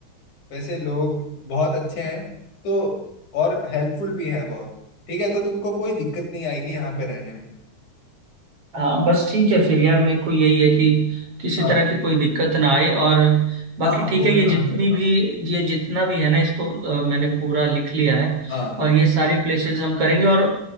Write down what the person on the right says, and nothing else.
हाँ बस ठीक है फिर यार मेरे को यही है कि किसी
तरह की कोई दिक्कत ना आए और बाकी
ठीक
है
ये
जितनी
भी
ये जितना भी है ना इसको अ, मैंने पूरा लिख लिया है
और ये सारी प्लेसेस हम करेंगे और